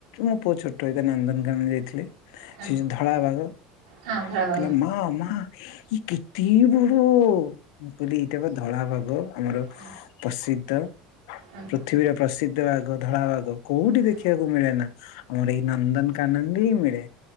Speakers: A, on the left; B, on the right.
A: ମୋ ପୁଅ ଛୋଟ ହେଇଥିଏ ନନ୍ଦନକାନ ଯାଇଥିଲି।
B: ହଁ
A: ସେ ଯୋଉ ଧଳା ବାଘ
B: ହଁ
A: କହିଲା
B: ଧଳା ବାଘ
A: ମା ମା ଏ କେତେ ବଡ ମୁଁ କହିଲି ଏଇଟା ପା ଧଳା ବାଘ ଆମର
B: ହଁ
A: ପ୍ରସିଦ୍ଧ।
B: ହଁ
A: ପୃଥିବୀର ପ୍ରସିଦ୍ଧ ଆଗ ଧଳା ବାଘ। କୋଉଠି
B: ହଁ
A: ଦେଖିବାକୁ
B: ହଁ
A: ମିଳେ ନା ଆମର ଏଇ ନନ୍ଦନକାନନରେ ହିଁ ମିଳେ।